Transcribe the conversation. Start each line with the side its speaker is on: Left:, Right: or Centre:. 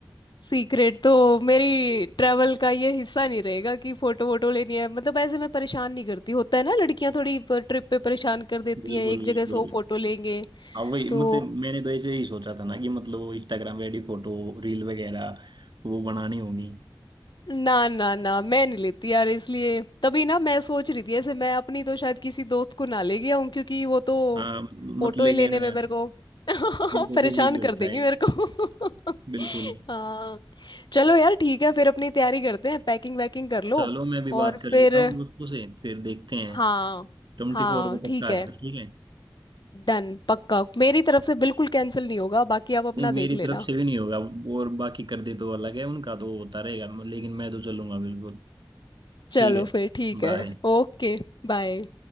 Left: सीक्रेट तो मेरी ट्रैवल का ये हिस्सा नहीं रहेगा कि फोटो वोटो लेनी है मतलब ऐसे मैं परेशान नहीं करती होता है ना लड़कियां थोड़ी ट्रिप पे परेशान कर देती
Right: बिल्कुल
Left: हैं एक जगह
Right: बिल्कुल
Left: सौ फोटो लेंगे
Right: हाँ वही
Left: तो
Right: मतलब मैंने तो ऐसे ही सोचा था ना कि मतलब वो इंस्टाग्राम रेडी फोटो रील वगैरह वो बनानी होगी
Left: ना ना ना मैं नहीं लेती यार इसलिए तभी ना मैं सोच रही थी ऐसे मैं अपनी तो शायद किसी दोस्त को ना ले गया हूँ क्योंकि वो तो
Right: हाँ
Left: फोटो
Right: मत लेके
Left: ही लेने
Right: आना
Left: में
Right: यार
Left: मेरे को <laughs>
Right: मेरे को
Left: परेशान
Right: भी अजीब लगता
Left: कर देंगी
Right: है
Left: मेरे को <laughs>
Right: बिल्कुल
Left: हाँ चलो यार ठीक है फिर अपनी तैयारी करते हैं पैकिंग वैकिंग कर लो
Right: चलो मैं भी बात
Left: और
Right: कर
Left: फिर
Right: लेता हूँ दोस्तों से फिर देखते हैं
Left: हाँ
Right: ट्वेंटी
Left: हाँ
Right: फोर को
Left: ठीक
Right: पक्का है
Left: है
Right: फिर, ठीक है
Left: डन पक्का मेरी तरफ से बिल्कुल कैंसिल नहीं होगा बाकी आप
Right: नहीं
Left: अपना
Right: मेरी
Left: देख
Right: तरफ
Left: लेना
Right: से भी नहीं होगा और बाकी कर दे तो अलग है उनका तो होता रहेगा लेकिन मैं तो चलूंगा बिल्कुल
Left: चलो
Right: ठीक है
Left: फिर ठीक
Right: बाय
Left: है ओके बाय